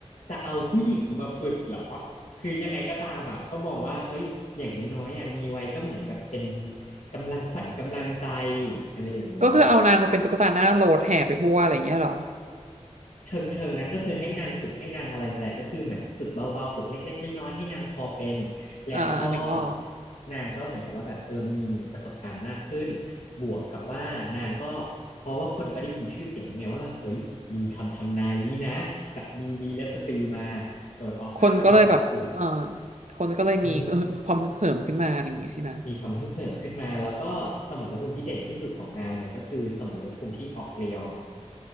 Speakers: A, on the left; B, on the right.
A: จะเอาผู้หญิงมาฝึกเหรอ คือยังไงก็ตามอ่ะก็มองว่าเอ้ยอย่างน้อยๆอ่ะมีไว้ก็เหมือนแบบเป็นกำลังขวัญกำลังใจอะไรอย่างนี้
B: ก็คือเอานางมาเป็นตุ๊กตาหน้าโหลดแห่ไปทั่วอะไรอย่างเงี้ยเหรอ
A: เชิงเชิงนั้นก็คือให้นางฝึกให้นางอะไรนั่นแหละก็คือเหมือนฝึกเบาๆฝึกเล็กๆน้อยๆให้นางพอเป็นแล้วก็
B: อ่าอันนึกออก
A: นางก็เหมือนกับว่าแบบเออมีประสบการณ์มากขึ้นบวกกับว่านางก็เพราะว่าคนก็ได้ยินชื่อเสียงแั้ไงว่าเฮ้ยมีคำทำนายนี้นะจะมีวีรสตรีมาโซนออฟอาร์ก็เหมือนกับถูก
B: คนก็เลยแบบเอ่อคนก็เลยมี
A: เออ
B: ความฮึกเหิมขึ้นมาอะไรอย่างงี้สินะ
A: มีความฮึกเหิมขึ้นมาแล้วก็สมรภูมิที่เด่นที่สุดของนางเนี่ยก็คือสมรภูมิที่ออกเกลียง